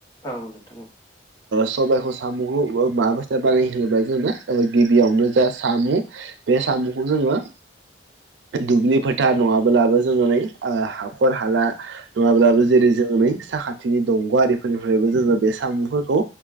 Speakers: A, on the left; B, on the right.
A: औ नोंथां ओ।
B: सबायाइखौ साम'खौ माब बानाय होनोब्ला जोङो गिबियावनो जा सामु बे सामुखौ जोङो दुब्लि फोथा नङाब्लाबो जोङो नै आ हाखर हाला नङाब्लाबो जेरै जों नै साखाथिनि दंग' आरिफोरनिफ्रायबो जोङो बे साम'फोरखौ